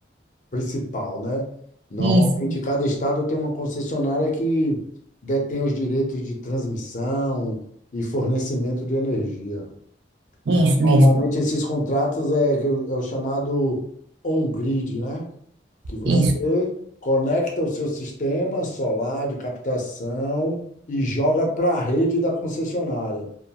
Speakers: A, on the left (about 45°); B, on the right (about 70°).
A: principal, né? Normalmente,
B: Isso.
A: cada estado tem uma concessionária que detém os direitos de transmissão e fornecimento de energia.
B: Isso,
A: Então, normalmente,
B: isso,
A: esses contratos é, que é o é o chamado on-grid, né? Que você
B: isso.
A: conecta o seu sistema solar de captação e joga para a rede da concessionária.